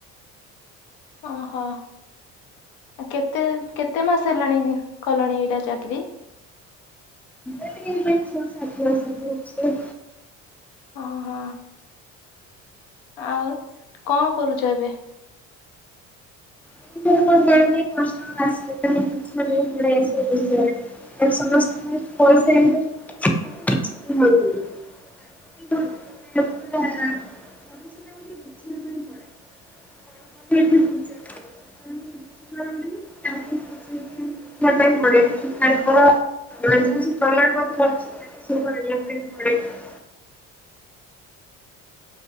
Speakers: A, on the left; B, in the centre.
A: ଓହୋ କେତେ କେତେ ମାସ ହେଲାଣି କଲଣି ଏଇଟା ଚାକିରି
B: ଏଣ୍ଟରଟମେଣ୍ଟ
A: ଓଁ ହଁ ଆଉ କଣ କରୁଛ ଏବେ
B: ମ କଷ୍ଟିଲ ସମସ୍ତ ପଇସା <inaudible> ବିବା ପାଇଁ ପଡଛି ପଁ କୁ ପାଇଁପ ଘିଲ ସେ ଥଡ